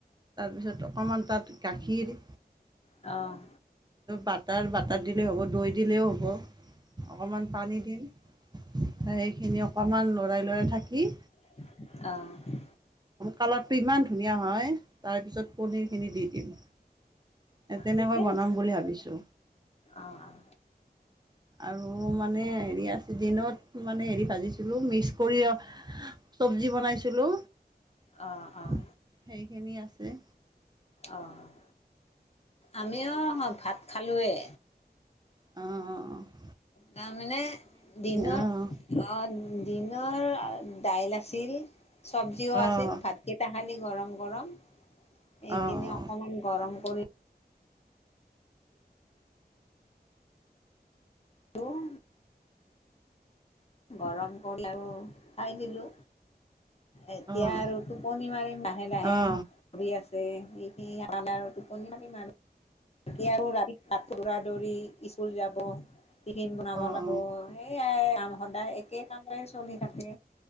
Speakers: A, on the right; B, on the left.
A: তাৰপিছত অকণমান তাত গাখীৰ
B: অ'।
A: বাটাৰ, বাটাৰ দিলেও হ'ব, দৈ দিলেও হ'ব। অকণমান পানী দিম, সেইখিনি অকণমান লৰাই লৰাই থাকি।
B: অ'।
A: কালাৰটো ইমান ধুনীয়া হয়, তাৰ পিছত পনীৰ খিনি দি দিম। এ, তেনেকৈ
B: ঠিকে
A: বনাম
B: আছে
A: বুলি ভাবিছো।
B: অঁ অঁ
A: আৰু মানে হেৰি আছে দিনত মানে হেৰি ভাজিছিলোঁ, মিক্স কৰি চব্জি বনাইছিলো,
B: অঁ অঁ
A: সেইখিনি আছে।
B: অ', আমিও ভাত খালোৱেই।
A: অ', অ', অ'।
B: তাৰমানে দিনত
A: অঁ
B: অ' দিনৰ দাইল আছিল, চব্জিও
A: অঁ
B: আছিল, ভাত কেইটা খালি গৰম গৰম, এইখিনি
A: অঁ অঁ
B: অকমান গৰম কৰি <unintelligible> গৰম কৰি <unintelligible> খাই দিলো। এতিয়া
A: অঁ
B: আৰু টোপনি মাৰিম লাহে লাহে।
A: অঁ
B: আছে <unintelligible> আৰু টোপনি <inaudible> দৌৰা দৌৰি স্কুল যাব, টিফিন বনাব
A: অঁ অঁ
B: লাগিব সেয়াই <unintelligible> সদায় একে কামেই চলি থাকে